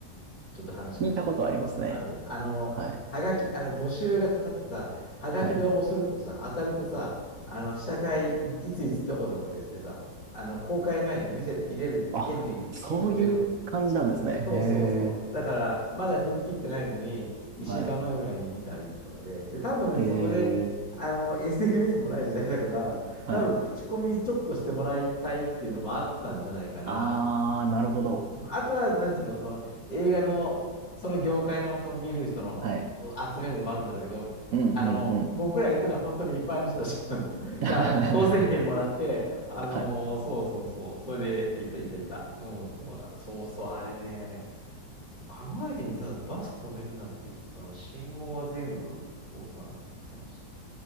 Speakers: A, on the left; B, on the right.
A: ちょっと話変わっちゃうけど、
B: 聞いたことありますね。
A: あるあの、
B: はい。
A: はがき、あの、募集がかかってさ、はがきで応募するとさ、
B: はい。
A: 当たるとさ、あの、試写会、いついつどこどこですってさ、あの、公開前に見せ、見れる権利、
B: あ、そういう感じなんですね。
A: 券がくれるの
B: へえ。
A: そうそうそう。だから、まだ踏み切ってないのに、1週間前ぐらいに見たりとかで、
B: はい。
A: で、多分そこで、
B: ええ。
A: あの、SNS もない時代だから、
B: はい。
A: 多分口コミちょっとしてもらいたいっていうのもあったんじゃないかな。
B: ああ、なるほど。
A: うんあとは、なんていうの、その映画の、その業界の、その見る人の、
B: はい。
A: を集めるのもあるんだろうけど、
B: うんうんうん。
A: あの、僕ら行ったのは本当に一般の人たち <laughs>
B: <laughs>
A: が当選券もらって、あのそうそうそう、
B: はい。
A: それで行った行った行った。うん、そうだ、そうそう、あれね。でも考えてみたらバス止めるなっていうとさ、信号は全部通さなきゃいけないし。